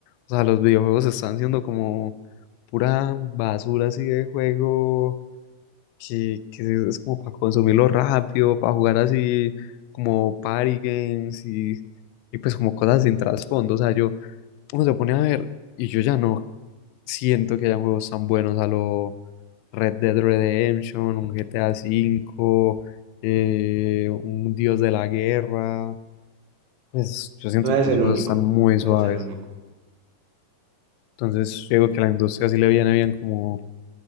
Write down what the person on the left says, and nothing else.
O sea, los videojuegos están siendo como pura basura así de juego que, que es como para consumirlo rápido, para jugar así como party games y, y pues como cosas sin trasfondo. O sea, yo, uno se pone a ver y yo ya no siento que hayan juegos tan buenos a lo Red Dead Redemption, un GTA V, eh, un Dios de la Guerra. Pues yo siento
que los
juegos
están muy
suaves.
Entonces, yo digo que a la industria sí le viene bien como